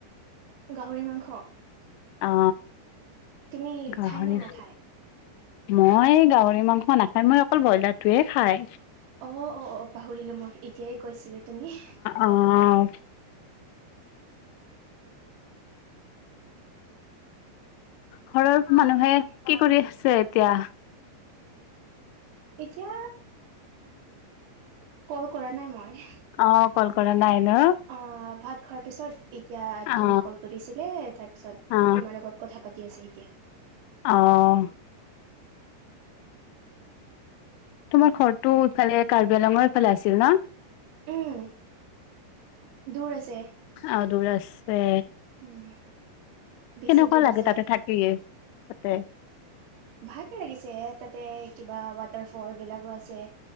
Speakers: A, on the right; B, on the left.
A: গাহৰি মাংস
B: অ
A: তুমি
B: গাহৰি
A: খাই নে নাখায়?
B: মই গাহৰি মাংস নাখায় মই অকল ব্ৰইলাৰটোৱে খায়
A: অ অ অ পাহৰিলোঁ মই এতিয়াই কৈছিলে তুমি
B: অহ ঘৰৰ মানুহে
A: উম,
B: কি কৰি আছে এতিয়া
A: এতিয়া কল কৰা নাই মই
B: অ কল কৰা নাই ন
A: অ ভাত খোৱাৰ পিছত এতিয়া
B: অ
A: তুমি কল কৰিছিলে তাৰপিছত
B: অ
A: তোমাৰ লগত কথা পাতি আছে এতিয়া
B: অহ তোমাৰ ঘৰটো ইফালে কাৰ্বি -আলঙৰ ফালে আছিল ন
A: উম দূৰ আছে
B: অ দূৰ আছে
A: উম বেছি
B: কেনেকুৱা
A: দূৰ
B: লাগে
A: আছে
B: তাতে থাকি তাতে
A: ভাগে লাগিছে তাতে কিবা ৱাটাৰফল বিলাকো আছে